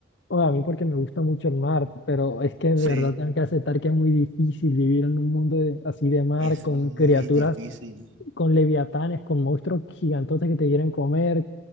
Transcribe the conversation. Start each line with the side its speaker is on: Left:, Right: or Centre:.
Left: O a mí porque me gusta mucho el mar, pero es que de
Right: Sí,
Left: verdad tengo que aceptar que es muy difícil vivir en un mundo de- así de mar,
Right: es
Left: con
Right: muy
Left: criaturas,
Right: difícil.
Left: con leviatanes, con monstruos gigantotes que te quieren comer.